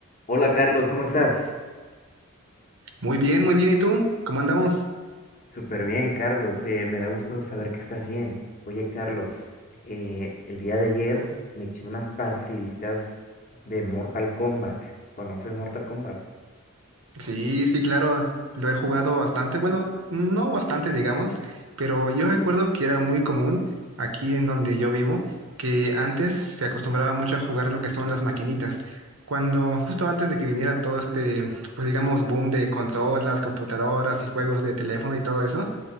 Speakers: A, on the left; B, on the right.
A: Hola Carlos, ¿cómo estás?
B: Muy bien, muy bien. ¿Y tú? ¿Cómo andamos?
A: Súper bien, Carlos. eh, me da gusto saber que estás bien. Oye, Carlos, eh, el día de ayer me eché unas partiditas de Mortal Kombat. ¿Conoces Mortal Kombat?
B: Sí, sí, claro. Lo he jugado bastante. Bueno, no bastante, digamos, pero yo recuerdo que era muy común aquí en donde yo vivo, que antes se acostumbraba mucho a jugar lo que son las maquinitas. Cuando, justo antes de que viniera todo este, pues digamos, boom de consolas, computadoras y juegos de teléfono y todo eso,